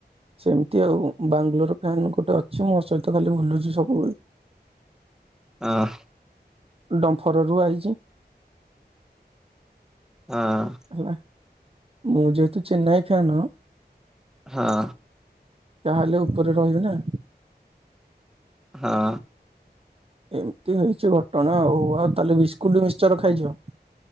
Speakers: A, on the right; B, in the centre.
A: ସେମିତି ଆଉ ବାଙ୍ଗଲୋର ଫ୍ୟାନ ଗୋଟେ ଅଛି ମୋ ସହିତ ଖାଲି ବୁଲୁଚି ସବୁବେଳେ।
B: କଁ।
A: ଡମ୍ଫରରୁ ଆଇଚି।
B: ହଁ
A: ହେଲା ମୁଁ ଯେହେତୁ ଚେନ୍ନାଇ ଫ୍ୟାନ
B: ହଁ।
A: ତାହେଲେ ଉପରେ ରହିବି ନାଁ?
B: ହଁ।
A: ଏମିତି ହେଇଚି ଘଟଣା ଆଉ ଆଉ ତାହେଲେ ବିସ୍କୁଟ ମିକ୍ସ୍ଚର ଖାଇଚ?